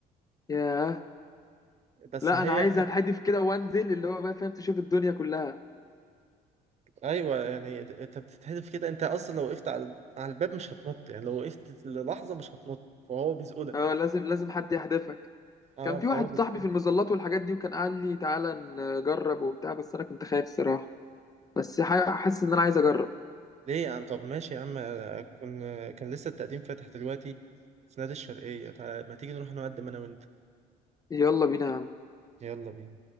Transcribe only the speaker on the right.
بس
هي
ايوه يعني انت بتتحذف كده انت اصلا لو وقفت على على الباب مش هتنط يعني لو وقفت للحظه مش هتنط فهو بيزقلك
اه
فهو
بيزقلك
ليه يا عم طب ماشي يا عم كن كان لسه التقديم فاتح دلوقتي في نادي الشرقيه تع- ما تيجي نروح نقدم انا وانت
يلا بينا